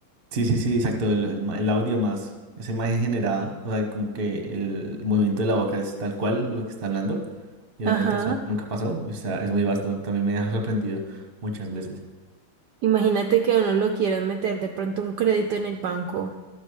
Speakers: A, on the right (about 35°); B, on the right (about 70°).
A: Sí, sí, sí, exacto, el, el ma- el audio más, esa imagen generada, o sea, como que el movimiento de la boca es tal cual lo que está hablando, y
B: Ajá.
A: obviamente eso nunca pasó, o sea, es muy vasto, también me ha sorprendido muchas veces.
B: Imagínate que a uno lo quieran meter de pronto un crédito en el banco